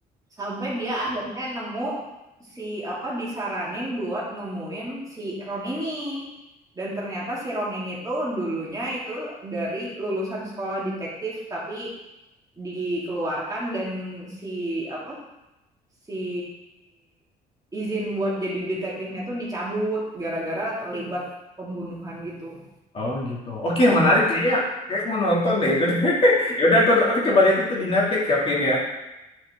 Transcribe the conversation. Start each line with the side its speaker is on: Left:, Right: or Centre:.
Right: Sampai dia akhirnya nemu si apa, disaranin buat nemuin si Ron ini. Dan ternyata si Ron ini tuh dulunya itu dari lulusan sekolah detektif tapi dikeluarkan dan si apa, si izin buat jadi detektifnya tuh dicabut gara-gara terlibat pembunuhan gitu.
Left: Oh gitu. Oke, menarik kayaknya. Kayak aku mau nonton deh itu deh. <laughs> Ya udah aku, aku coba lihat itu di Netflix ya, Vin ya.